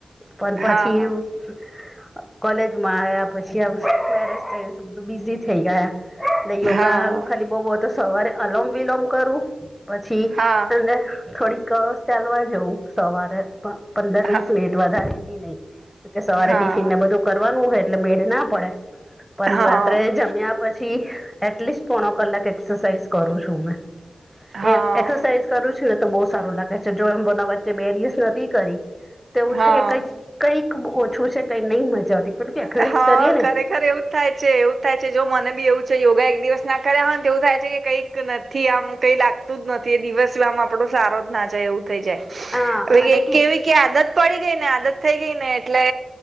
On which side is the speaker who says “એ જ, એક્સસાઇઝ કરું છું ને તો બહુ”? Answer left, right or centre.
Centre